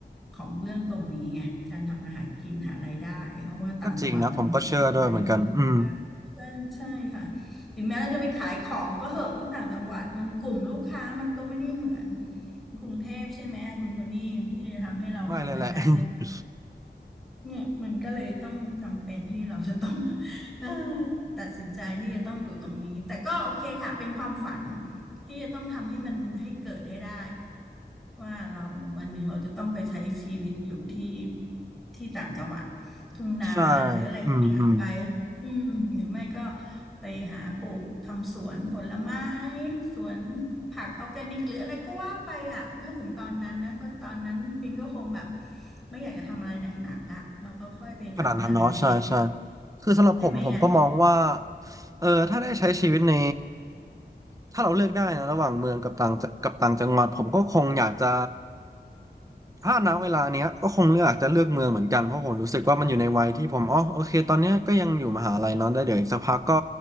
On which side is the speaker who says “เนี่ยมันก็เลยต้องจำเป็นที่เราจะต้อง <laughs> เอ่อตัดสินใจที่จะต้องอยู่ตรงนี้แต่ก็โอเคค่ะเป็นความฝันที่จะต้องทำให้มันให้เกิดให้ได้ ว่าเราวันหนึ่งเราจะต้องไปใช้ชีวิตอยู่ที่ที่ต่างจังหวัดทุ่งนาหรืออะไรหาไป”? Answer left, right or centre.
Centre